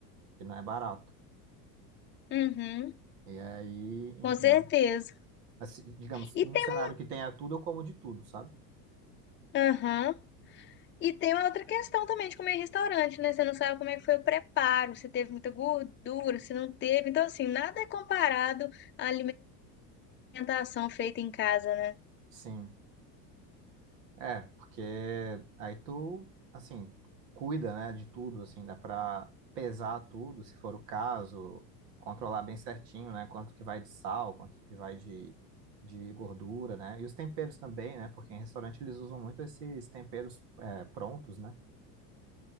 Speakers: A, on the right; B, on the left.
A: Que não é barato.
B: Uhum,
A: E aí, enfim,
B: com certeza.
A: não. assim, digamos,
B: E
A: num
B: tem,
A: cenário que tenha tudo, eu como de tudo, sabe?
B: aham. E tem uma outra questão também de comer em restaurante, né? Você não sabe como é que foi o preparo, se teve muita gordura, se não teve. Então, assim, nada é comparado à alimentação feita em casa, né?
A: Sim. É, porque aí tu, assim, cuida, né, de tudo, assim, dá pra pesar tudo, se for o caso, controlar bem certinho, né, quanto que vai de sal, quanto que vai de, de gordura, né, e os temperos também, né, porque em restaurante eles usam muito esses temperos é, prontos, né.